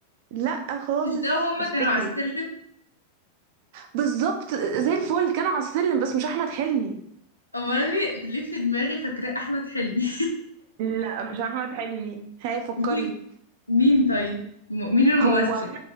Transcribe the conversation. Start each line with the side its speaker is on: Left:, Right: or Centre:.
Right: لا خالص
Left: مش ده هما
Right: افتكري
Left: كانوا على السلم
Right: بالظبط زي الفل كان على السلم بس مش احمد حلمي
Left: امال ليه ليه في دماغي فاكرة احمد حلمي
Right: لا مش احمد حلمي هاي فكري
Left: <laughs> مين مين طيب م- مين الممثل
Right: هو